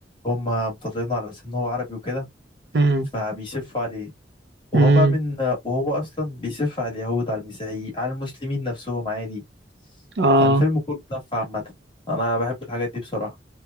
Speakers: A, on the left; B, on the right.
A: هما مطلعينه على أساس إن هو عربي وكده
B: امم
A: فبيسف عليه وهو
B: امم
A: بقى من وهو أصلا بيسف على اليهود على المسيحيين على المسلمين نفسهم عادي
B: اه
A: فالفيلم كله سف عامة أنا بحب الحاجات دي بصراحة